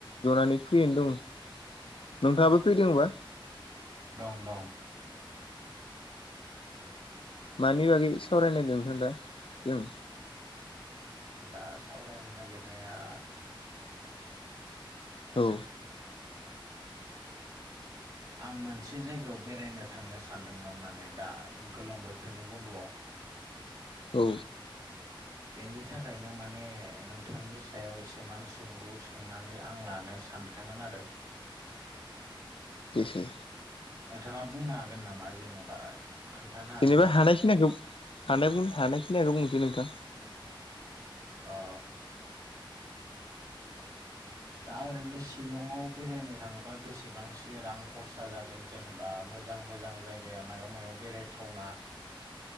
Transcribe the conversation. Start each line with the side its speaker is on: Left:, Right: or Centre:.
Left: जनानै फ्रियैनो दङ। नोंथाङाबो फ्रि दंबा?
Right: दं दं।
Left: मानि बागै सावराय नायदों होनबा जों।
Right: दा सावरायनो नागिरनाया
Left: औ।
Right: आं मोनसे जायगायाव बेरायनो थांनो सानदोंमोन माने दा गोलोम बोथोरनि बन्द'आव
Left: औ।
Right: बेनि थाखायनो माने नोंथांनि सायाव एसे माने सोंलु सोंनानै आं लानो सानदों। थांगोन आरो।
Left: बेसे
Right: नोंथाङा बुंनो हागोन नामा जेनेबा खोन्थानो हागोन
Left: जेनेबा
Right: नामा
Left: हानायखिनिखौ हानाय हानायखिनिखौ बुंनोसै नोंथां।
Right: औ। दा ओरैनो शिलंआव बेरायनो थाङोबा बेसेबांसो रां खरसा जागोन जेनेबा मोजां मोजां जायगाया मायाव मायाव बेरायथावना
Left: <inaudible>